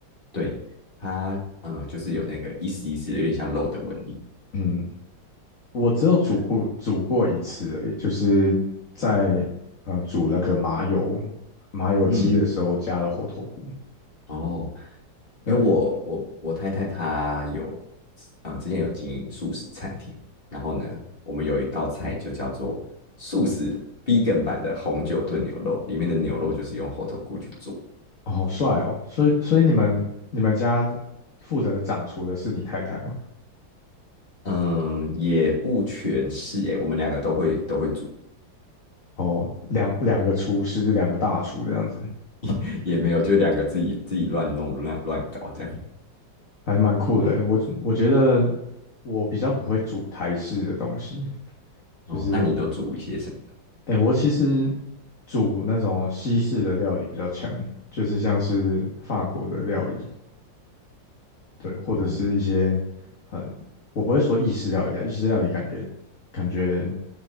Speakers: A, on the left; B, on the left.
A: 对，它呃就是有那个一丝一丝的，有点像肉的纹理。
B: 嗯。我只有煮过煮过一次而已，
A: 对啊，
B: 就是在呃煮那个麻油麻油鸡的时候加了猴头菇。
A: 嗯，然后
B: 对，
A: 因为我我我太太她有啊、呃之前有经营素食餐厅，然后呢，我们有一道菜就叫做素食 b e g a n 版的红酒炖牛肉，里面的牛肉就是用猴头菇去做。
B: 哦好帅哦！所以所以你们你们家负责掌厨的是你太太吗？
A: 嗯，也不全是诶，我们两个都会都会煮，
B: 哦，两两个厨师，
A: 对，
B: 两个大厨这样子，
A: <laughs> 也没有就两个自己自己乱弄乱乱搞这样。
B: 还蛮酷的欸我我觉得
A: 嗯，
B: 我比较不会煮台式的东西，就是
A: 哦，那你都煮一些什么？
B: 哎，我其实煮那种西式的料理比较强，就是像是法国的料理。对，或者是一些呃，
A: 哦，
B: 我不会说意式料理啊，意式料理感觉感觉